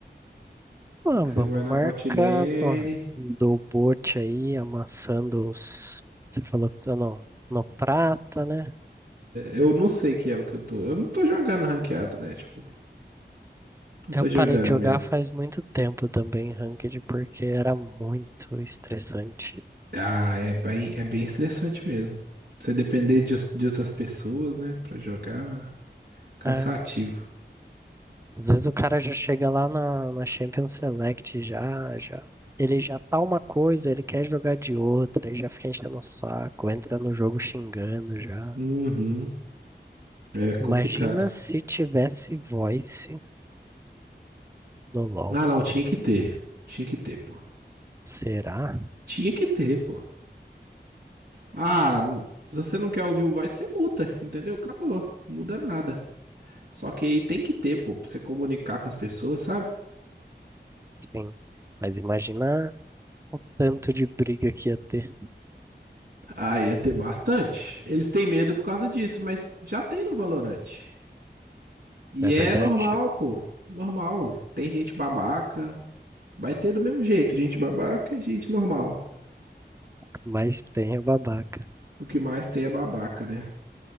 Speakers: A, on the right; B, on the right.
A: Ah,
B: Sei que
A: vamos
B: você vai na
A: marcar,
B: bot lane.
A: pô. Do bote aí, amassando os. Você falou que tá no, no prata, né?
B: É, Eu não sei que elo que eu tô. Eu não tô jogando ranqueado, né? Tipo, não
A: Eu
B: tô
A: parei
B: jogando
A: de jogar
B: mesmo.
A: faz muito tempo também, Ranked, porque era muito estressante.
B: Ah, é bem, é bem estressante mesmo. Você depender de, de outras pessoas, né? Pra jogar, cansativo.
A: É, às vezes o cara já chega lá na, na Champions Select, já, já. Ele já tá uma coisa, ele quer jogar de outra, e já fica enchendo o saco, entra no jogo xingando já.
B: Uhum. É complicado.
A: Imagina se tivesse voice no LoL.
B: Ah, não, tinha que ter. Tinha que ter, pô.
A: Será?
B: Tinha que ter, pô. Ah, n- se você não quer ouvir o voz, você muta, entendeu? Acabou. Não Muda nada. Só que aí tem que ter, pô, pra você comunicar com as pessoas, sabe?
A: Sim. Mas imagina tanto de briga que ia ter,
B: Ah, ia ter bastante. Eles têm medo por causa disso, mas já tem no Valorante. E
A: não é
B: é
A: verdade?
B: normal, pô. Normal. Tem gente babaca. Vai ter do mesmo jeito, gente babaca e gente normal.
A: Mas tem o babaca.
B: O que mais tem é babaca, né?